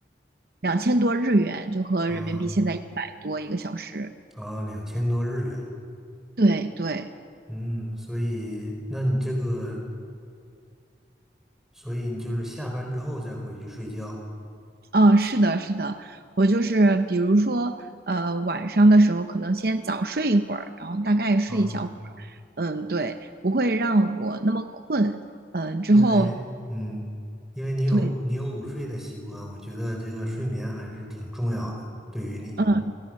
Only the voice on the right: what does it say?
两千多日元，就和人民币现在一百多一个小时，
对对。
嗯，是的，是的，我就是比如说，呃，晚上的时候可能先早睡一会儿，然后大概睡一小会儿，
嗯，对，不会让我那么困，嗯，之后
对，
嗯，